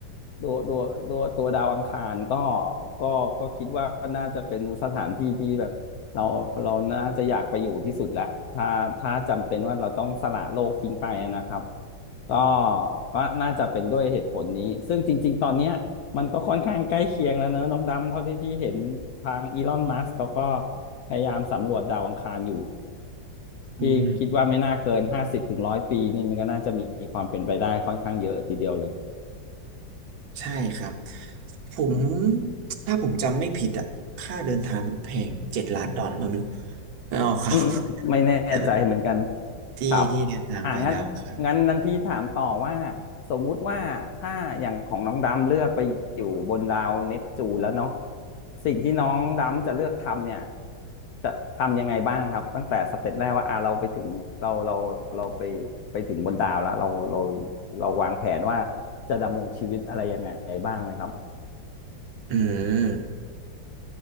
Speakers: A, on the left; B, on the right.
A: ตัวตัวตัวตัวดาวอังคารก็ก็ก็คิดว่าน่าจะเป็นสถานที่ที่แบบเราเราน่าจะอยากไปอยู่ที่สุดแหละถ้าถ้าจำเป็นว่าเราต้องสละโลกทิ้งไปนะครับก็ก็น่าจะเป็นด้วยเหตุผลนี้ซึ่งจริงๆตอนเนี้ย มันก็ค่อนข้างใกล้เคียงแล้วเนอะน้องดำเท่าที่พี่เห็นทางอีลอนมัสก์เขาก็พยายามสำรวจดาวอังคารอยู่
B: อืม
A: พี่คิดว่าไม่น่าเกินห้าสิบถึงร้อยปีนี่มันก็น่าจะมีความเป็นไปได้ค่อนข้างเยอะทีเดียวเลย
B: ใช่ครับผมถ้าผมจำไม่ผิดอ่ะค่าเดินทางมันแพงเจ็ดล้านดอลลาร์ผมั้งไม่ออกครับ
A: อืมไม่แน่ใจเหมือนกัน
B: <laughs> ใช่ไหม <laughs> ที่ที่เดินทางไปดาวอังครับ
A: ครับอ่างั้นงั้นนั้นพี่ถามต่อว่าสมมุติว่าถ้าอย่างของน้องดำเลือกไปอยู่บนดาวเนปจูนแล้วเนาะสิ่งที่น้องดำจะเลือกทำเนี่ยจะทำยังไงบ้างครับตั้งแต่สเต็ปแรกว่าอ่าเราไปถึงเราเราเราไปไปถึงบนดาวแล้วเราเราเราวางแผนว่าจะดำรงชีวิตอะไรยังไงบ้างไหมครับ
B: อืม